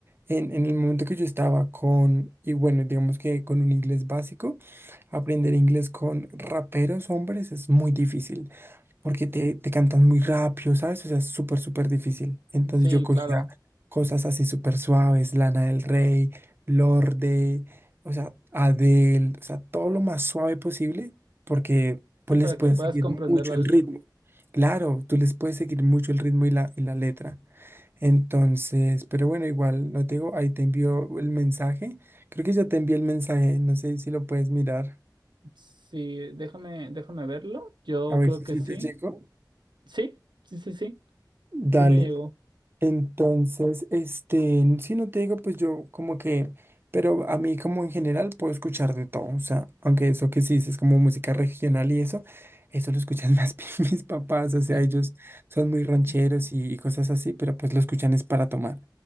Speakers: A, on the right (about 30°); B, on the right (about 85°).
A: en, en el momento que yo estaba con, y bueno, digamos que con un inglés básico, aprender inglés con raperos hombres es muy difícil, porque te, te cantan muy rápido, ¿sabes? O sea, es súper, súper difícil. Entonces
B: Sí,
A: yo cogía
B: claro.
A: cosas así súper suaves, Lana del Rey, Lorde, o sea, Adele, o sea, todo lo más suave posible, porque pues
B: Sí, para
A: les puedes
B: que puedas
A: seguir
B: comprenderla.
A: mucho el ritmo. Claro, tú les puedes seguir mucho el ritmo y la, y la letra. Entonces, pero bueno, igual, no te digo, ahí te envío el mensaje. Creo que ya te envié el mensaje, no sé si lo puedes mirar,
B: Sí, déjame, déjame verlo. Yo
A: a ver
B: creo
A: si
B: que
A: sí
B: sí.
A: te llegó.
B: Sí, sí, sí, sí,
A: Dale,
B: sí me llegó.
A: entonces, este, si no te digo, pues yo como que, pero a mí como en general puedo escuchar de todo, o sea, aunque eso que sí es como música regional y eso, eso lo escuchan más <laughs> bien mis papás, o sea,
B: Mm,
A: ellos son muy rancheros
B: mm,
A: y, y cosas así, pero pues lo escuchan es para tomar.